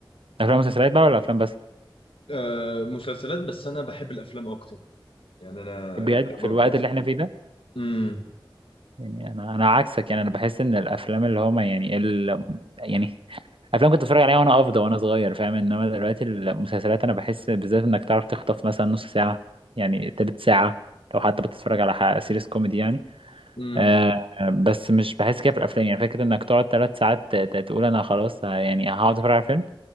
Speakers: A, on the right; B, on the left.
A: افلام ومسلسلات بقى ولا افلام بس
B: أه مسلسلات بس انا بحب الافلام اكتر يعني انا
A: بجد
B: لما
A: في الوقت
B: بفضل
A: اللي احنا فيه ده
B: امم
A: يعني انا انا عكسك يعني انا بحس ان الافلام اللي هما يعني ال... يعني افلام كنت اتفرج عليها وانا افضى وانا صغير فاهم انما دلوقتي المسلسلات انا بحس بالذات انك تعرف تخطف مثلا نص ساعه يعني تلت ساعه لو حتى بتتفرج على ح- سيريس كوميدي يعني
B: امم
A: آه بس مش بحس كده في الافلام يعني فكره انك تقعد ثلاث ساعات ت- ت- تقول انا خلاص آه، يعني هقعد اتفرج على فيلم